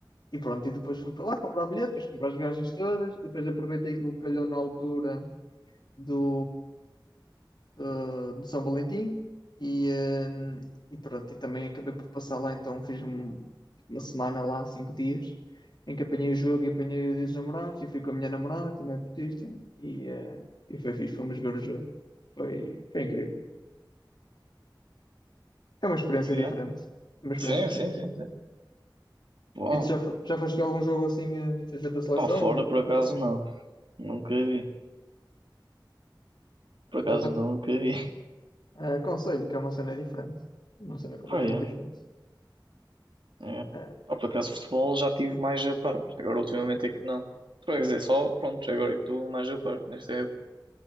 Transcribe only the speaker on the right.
Yeah.
Sim,
sim, sim, sim. Bom,
para fora
por
acaso
não. Nunca vi. Por acaso
nunca vi. <laughs>
Ah, yeah.
é.
Pá, por acaso futebol já tive mais a par. Agora ultimamente é que não. Quer dizer, só pronto, agora é que estou mais a par nesta época.